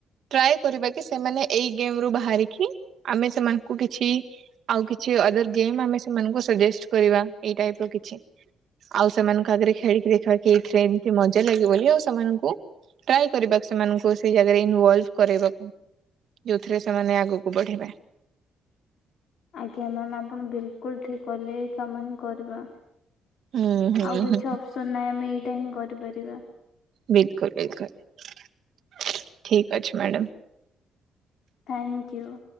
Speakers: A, on the right (about 65°); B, on the left (about 70°).
A: ଟ୍ରାଏ କରିବା କି ସେମାନେ ଏଇ ଗେମ୍ ରୁ ବାହାରିକି ଆମେ ସେମାନଙ୍କୁ କିଛି, ଆଉ କିଛି ଅଦର ଗେମ୍ ଆମେ ସେମାନଙ୍କୁ ସଜେଷ୍ଟ୍ କରିବା ଏଇ ଟାଇପ୍ ର କିଛି, ଆଉ ସେମାନଙ୍କ ଆଗରେ ଖେଳିକି ଦେଖିବାକୁ ଏଇ ଟ୍ରେନ୍ ମଜା ଲାଗେ ବୋଲି ଆଉ ସେମାନଙ୍କୁ, ଟ୍ରାଏ କରିବା ସେମାନଙ୍କୁ ସେଇ ଜାଗାରେ ଇନଭଲଭ କରାଇବାକୁ, ଯୋଉଥିରେ ସେମାନେ ଆଗକୁ ବଢି଼ବେ,
B: ଆଜ୍ଞା ମ୍ୟାମ୍ ଆପଣ ବିଲକୁଲ ଠିକ୍ କଲେ ଏଇ କାମ ହିଁ କରିବା,
A: ହୁଁ ହୁଁ
B: ଆଉ କିଛି
A: ହୁଁ
B: ଅପସନ୍ ନାହିଁ ଆମେ ଏଇଟା ହିଁ କରିପାରିବା,
A: ବିଲକୁଲ-ବିଲକୁଲ ଠିକ୍ ଅଛି ମ୍ୟାଡ଼ାମ୍,
B: ଥ୍ୟାଙ୍କ କିୟୁ।